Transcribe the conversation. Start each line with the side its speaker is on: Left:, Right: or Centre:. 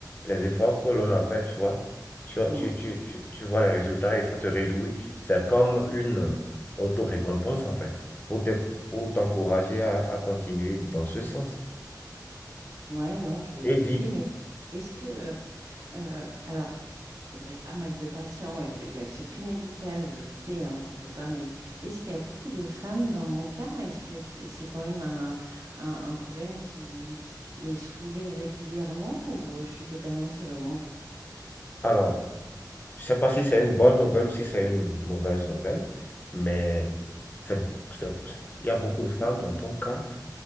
Left: les efforts que l'on a fait, tu vois. Tu,
Right: Mm.
Left: tu, tu, tu, tu vois les résultats et ça te réjouit. C'est comme une auto-récompense, en fait, pour te, pour t'encourager à, à continuer dans ce sens.
Right: Ouais, non, je vais essayer,
Left: Et dit,
Right: mais est-ce que, euh, alors, vous avez pas mal de patients et je- il y a le secret médical, je le sais, hein, qu'on peut pas, mais est-ce qu'il y a beaucoup de femmes dans mon cas? Est-ce que c'est c'est quand même un, un- un problème qui, qui est soulevé régulièrement ou je suis totalement seule au monde?
Left: alors, je ne sais pas si c'est une bonne nouvelle ou si c'est une mauvaise nouvelle, mais c'est, c'est- il y a beaucoup de femmes dans ton cas